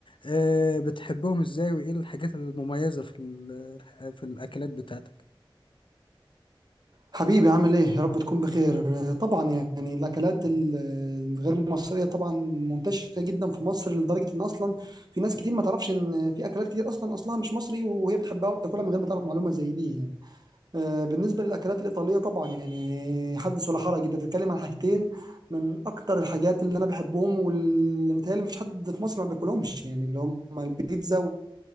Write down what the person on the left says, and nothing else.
آه، بتحبهم إزاي وإيه الحاجات المميزة في ال- في الأكلات بتاعتك